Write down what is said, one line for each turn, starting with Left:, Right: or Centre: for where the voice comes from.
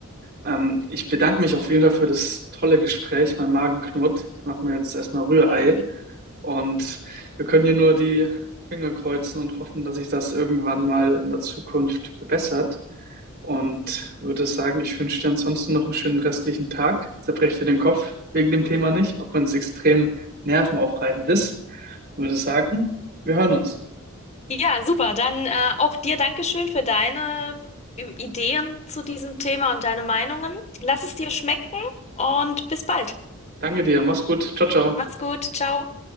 Right: Ähm, ich bedanke mich auf jeden Fall für das tolle Gespräch. Mein Magen knurrt. Ich mache mir jetzt erstmal Rührei.
Left: Mhm.
Right: Und wir können hier nur die Finger kreuzen und hoffen, dass sich das irgendwann mal in der Zukunft verbessert. Und würde sagen, ich wünsche dir ansonsten noch einen schönen restlichen Tag. Zerbreche dir den Kopf wegen dem Thema nicht, auch wenn es extrem nervenaufreibend ist. Und würde sagen, wir hören uns.
Left: Ja, super. Dann äh, auch dir Dankeschön für deine Ü- Ideen zu diesem Thema und deine Meinungen. Lass es dir schmecken und bis bald.
Right: Danke dir, mach's gut. Ciao, ciao.
Left: Mach's gut. Ciao.